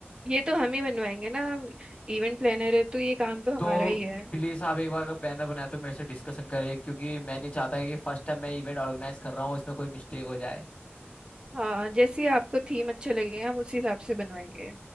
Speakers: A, on the right (about 20°); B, on the left (about 30°).
A: ये तो हम ही बनवाएंगे ना इवेंट प्लानर है तो ये काम तो हमारा
B: तो
A: ही है
B: प्लीज आप एक बार अगर बैनर बनाए तो मेरे से डिस्कशन करें क्योंकि मैं नहीं चाहता कि फर्स्ट टाइम मैं इवेंट ऑर्गेनाइज कर रहा हूँ इसमें कोई मिस्टेक हो जाए
A: हाँ जैसे आपको थीम अच्छे लगे हम उसी हिसाब से बनवाएंगे